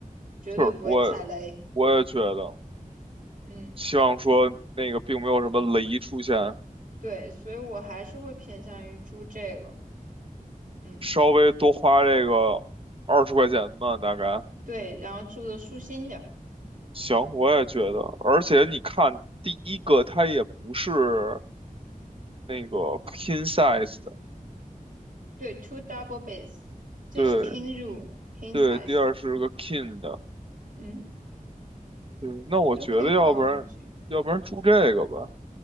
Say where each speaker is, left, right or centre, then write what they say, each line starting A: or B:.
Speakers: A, on the right; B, on the right.
A: 绝对不会踩雷。
B: 就是我我也觉得，
A: 嗯，
B: 希望说那个并没有什么雷出现，
A: 对，所以我还是会偏向于住这个。嗯。
B: 稍微多花这个二十块钱吧，大概
A: 对，然后住的舒心点儿。
B: 行，我也觉得，而且你看第一个它也不是那个 king size。
A: 对，two double beds，这是
B: 对
A: king room king
B: 对，
A: size。
B: 第二是个 king 的，
A: 嗯，
B: 对，那我觉得要不然，
A: 我觉得可以考虑这个。
B: 要不然住这个吧，